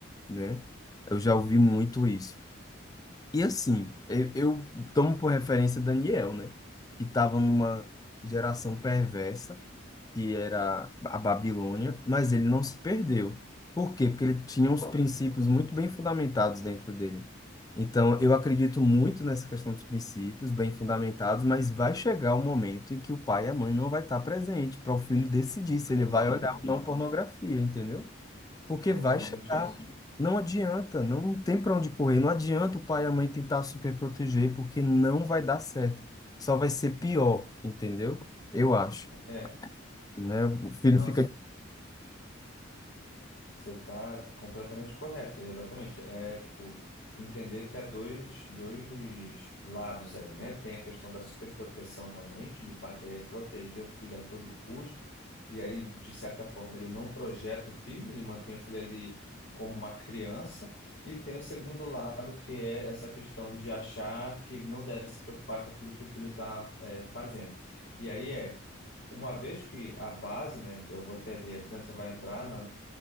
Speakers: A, on the left; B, on the left.
A: né? Eu já ouvi muito isso. E assim, eu, eu tomo por referência Daniel, né? Que estava numa geração perversa, que era a Babilônia, mas ele não se perdeu. Por quê? Porque ele tinha uns princípios muito bem fundamentados dentro dele. Então, eu acredito muito nessa questão dos princípios bem fundamentados, mas vai chegar o momento em que o pai e a mãe não vai estar presente para o filho decidir se
B: exatamente.
A: ele vai olhar ou não pornografia, entendeu? porque
B: É
A: vai
B: exatamente
A: chegar.
B: isso.
A: Não adianta, não tem para onde correr. Não adianta o pai e a mãe tentar super proteger, porque não vai dar certo. Só vai ser pior, entendeu? Eu acho,
B: É,
A: né? O filho
B: não.
A: fica.
B: Você tá completamente correto, exatamente. É tipo entender que há dois, dois lados aí, né? Tem a questão da superproteção realmente, do pai querer proteger o filho a todo custo, e aí, de certa forma, ele não projeta o filho, ele mantém o filho ali como uma criança, e tem o segundo lado, que é essa questão de achar que não deve se preocupar com aquilo que o filho está fazendo. E aí é. Uma vez que a base, né, eu vou ter ali, a criança vai entrar na